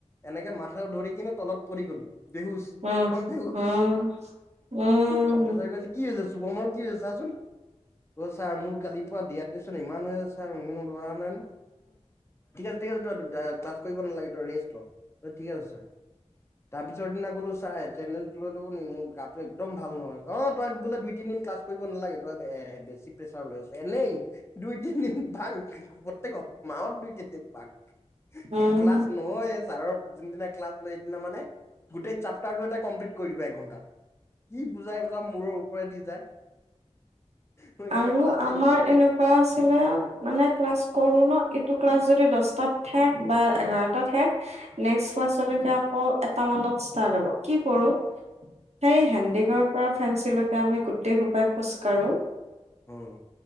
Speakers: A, on the left; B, on the right.
A: এনেকে মাথা ধৰি কিনে তলত পৰি গলো। বেহুচ,
B: উম,
A: মই বেহুচ,
B: উম, উম,
A: প্ৰফেচাৰ কৈছে কি হৈ হৈছে <unintelligible> কি হৈছে চাচোন। অ ছাৰ মোৰ কালিৰ পৰা দিহাইডেচন ইমান হৈ আ <inaudible> <unintelligible> ঠিক আছে ক্লাছ কৰিব নালাগে তই ৰেষ্ট ল ত ঠিক আছে ছাৰ। তাৰপিছৰ দিনা গ'লো চাৰ এত্তেদেন্স? লৈ ল'ব নি? মোৰ গাটো একদম ভাল নহয়। অ তই বোলে দুই তিনদিন ক্লাছ কৰিব নালাগে, তই এ বেছি প্ৰেছাৰ লৈ আছ এনেই দুই তিনদিন। বাংক, প্ৰত্যেক হ মাহত দুই তিন দিন বাংক।
B: উম,
A: ক্লাছ নহয় ছাৰৰ যোনদিনা ক্লাছ লয় সেইদিনা মানে, গোটেই চাপ্তাৰটো এটা কমপ্লিট কৰি দিব এক ঘন্টা। কি বুজাই বজাম মোৰৰ ওপৰত উপৰে দি যায়। মই সেইকাৰণে
B: আৰু
A: ক্লাছেই
B: আমাৰ
A: নকৰো
B: এনেকুৱা আছিলে। মানে ক্লাছ কৰো ন, এইটো ক্লাছ যদি দছটাত শেষ বা এঘাৰটা শেষ নেক্সট ক্লাছলেকে আকৌ এটা মানত ষ্টাৰ লব কি কৰো সেই হেণ্ডিঙৰ পৰা ফেঞ্চিলৈকে আমি গোটেই সোপাই খোজ কঢ়ো।
A: উম।